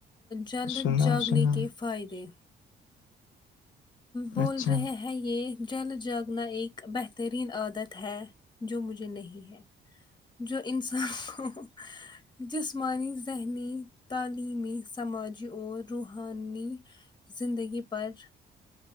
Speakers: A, on the left; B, on the left.
A: جلد
B: سنا
A: جاگنے
B: سنا
A: کے فائدے بول
B: اچھا
A: رہے ہے ہے یہ جلد جاگنا ایک بہترین عادت ہے جو مجھے نہیں ہے جو انسان کو جسمانی ذہنی تعلیمی سماجی اور روحانی زندگی پر